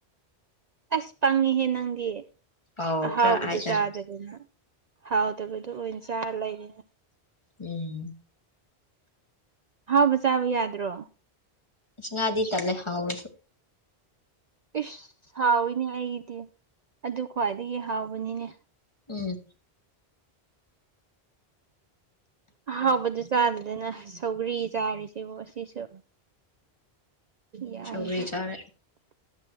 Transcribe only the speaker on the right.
ꯑꯁ ꯄꯪꯉꯤꯍꯦ ꯅꯪꯗꯤ
ꯑꯍꯥꯎꯕꯗꯨ
ꯆꯥꯗ ꯗꯅ ꯍꯥꯎꯇꯕꯗꯨ ꯑꯣꯏꯅ ꯆꯥꯔ ꯂꯩꯔꯤꯅꯦ
ꯑꯍꯥꯎꯕ ꯆꯥꯕ ꯌꯥꯗ꯭ꯔꯣ
ꯏꯁ ꯍꯥꯎꯋꯤꯅꯦ ꯑꯩꯗꯤ ꯑꯗꯨ ꯈ꯭ꯋꯥꯏꯗꯒꯤ ꯍꯥꯎꯕꯅꯤꯅꯦ
ꯑꯍꯥꯎꯕꯗꯨ ꯆꯥꯗꯗꯅ ꯁꯧꯒ꯭ꯔꯤ ꯆꯥꯔꯤꯁꯤꯕ ꯑꯁꯤꯁꯨ ꯌꯥꯏꯍꯦ